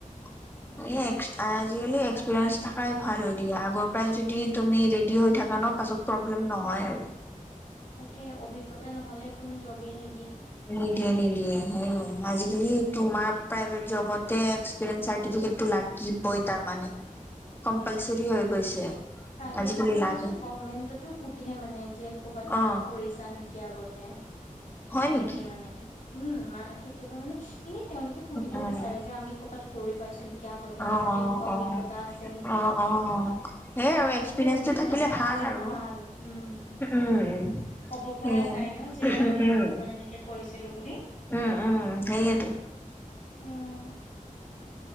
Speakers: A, on the left; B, on the left.
A: <unintelligible>
B: উম,
A: আজিকালি এক্সপিৰিয়েঞ্চ থাকাই ভাল দিয়া আগৰ পৰাই যদি তুমি ৰেডি হৈ থাকা ন! পাছত প্ৰব্লেম নহয় আ
B: তাকে, অভিজ্ঞতা নহ'লে কোনো জবেই নি
A: নিদিয়ে নিদিয়ে সেইয়ে আজিকালি
B: উম,
A: তোমাৰ প্ৰাইভেট জবতে এক্সপৰিয়েন্ঞ্চ চাৰ্টিফিকেটো লাগিবই তাৰ মানে। কম্পালচৰি
B: সেইটোৱেটো।
A: হৈ গৈছে।
B: প্ৰাইভেটত
A: আজিকালি
B: বাদ
A: লাগে
B: দিয়াচোন, গমেন্টতো সোধে মানে যে কৰ'বাত
A: অ
B: কৰিছা নেকি আগতে?
A: হয়
B: এনেকে
A: নেকি
B: মানে উম আমা কেতিয়াবা মানে এনেই তেওঁলোকে সুধিব
A: অ
B: বিচাৰে যে, আমি ক'ৰবাত কৰি পাইছোঁ নিকি, আগতে
A: অ
B: আমাৰ তেনেকুৱা অভিজ্ঞতা
A: অ অ
B: আছে নিকি?
A: অ', অ' সেয় আৰু এক্সপিৰিয়েঞ্চটো
B: অভিজ্ঞতা
A: থাকিলে ভাল আৰু
B: ভাল উম
A: উম।
B: ক'ব
A: সেইয়াই
B: পৰা যায় ন যে মই
A: উম
B: আমুকত এনেকে কৰিছিলো বুলি
A: উম উম সেয়ে টো।
B: উম।